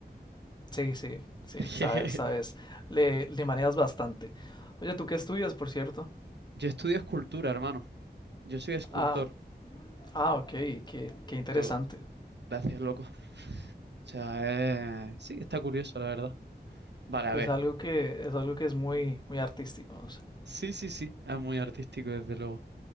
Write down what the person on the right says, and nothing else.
<laughs>
Yo estudio escultura, hermano. Yo soy escultor.
Yo, gracias, loco. O sea, eh, sí está curioso, la verdad. Vale, a
ver.
Sí, sí, sí, es muy artístico, desde luego.